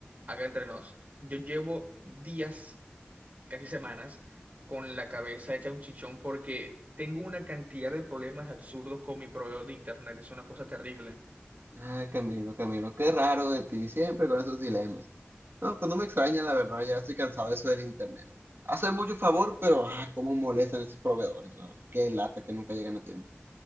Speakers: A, on the right; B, on the right.
A: acá entre nos. Yo llevo días, casi semanas, con la cabeza hecha un chichón porque tengo una cantidad de problemas absurdos con mi proveedor de internet. Es una cosa terrible.
B: Ay, Camilo, Camilo, qué raro de ti, siempre con esos dilemas. No, pues no me extraña, la verdad, ya estoy cansado de eso del internet. Hacen mucho favor, pero ah, cómo molestan esos proveedores, la verdad, Qué lata que nunca llegan a tiempo.